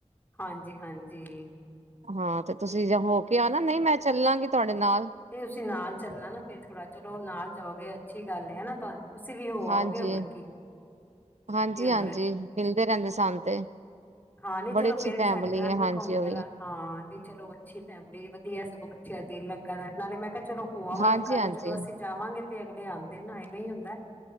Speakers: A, on the left; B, on the right.
A: ਹਾਂਜੀ-ਹਾਂਜੀ।
B: ਹਾਂ ਤੇ ਤੁਸੀਂ ਹੋ ਕੇ ਆਨਾ ਨਈ ਮੈਂ ਚੱਲਾਂਗੀ ਤੁਆਡੇ ਨਾਲ।
A: ਨਈ ਤੁਸੀਂ ਨਾਲ ਚੱਲਨਾ ਨਾ ਫਿਰ ਥੋੜਾ ਚਲੋ ਨਾਲ ਜਾਓਗੇ ਅੱਛੀ ਗੱਲ ਐ ਨਾ ਤਹਾਨੂੰ। ਤੁਸੀਂ ਵੀ ਹੋ
B: ਹਾਂਜੀ
A: ਆਓਗੇ ਹੋਰ ਕੀ,
B: ਹਾਂਜੀ
A: ਤੇ ਹੋਰ
B: ਹਾਂਜੀ ਮਿਲਦੇ ਰੈਂਦੇ ਸਾਨੂੰ ਤੇ।
A: ਹਾਂ ਨੀ
B: ਬੜੀ
A: ਚਲੋ
B: ਅੱਛੀ
A: ਫੇਰ ਵੀ
B: ਫੈਮਿਲੀ
A: ਸਾਡੇ ਨਾਲ
B: ਹੈ
A: ਵੀ
B: ਹਾਂਜੀ
A: ਘੁੰਮ
B: ਉਹ
A: ਫਿਰ ਆ ਹਾਂ ਨੀ ਚਲੋ ਅੱਛੀ ਫੈਮਿਲੀ ਵਦੀਆ ਸਗੋ ਕਿਆ ਦਿਲ ਲੱਗਾ ਰੈਂਦਾ ਨਾਲੇ ਮੈਂ ਕਿਹਾ ਚਲੋ ਹੋ ਆਵਾਂਗੇ
B: ਹਾਂਜੀ
A: ਕਲ
B: ਹਾਂਜੀ
A: ਨੂੰ ਚਲੋ ਅਸੀ ਜਾਵਾਂਗੇ ਤੇ ਅਗਲੇ ਆਂਦੇ ਨੇ ਐਵੇਂ ਈ ਹੁੰਦਾ।